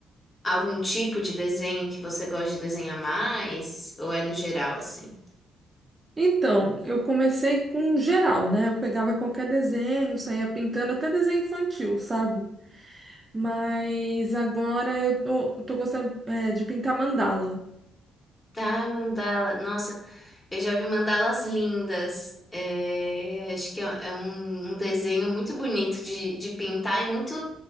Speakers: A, on the left; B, on the right.
A: Algum tipo de desenho que você gosta de desenhar mais? Ou é no geral assim?
B: Então, eu comecei com geral, né? Eu pegava qualquer desenho, saía pintando, até desenho infantil, sabe? Mas agora eu tô, tô gostando, é, de pintar mandala.
A: Ah, mandala. Nossa, eu já vi mandalas lindas. É, acho que é, é um, um desenho muito bonito de, de pintar e muito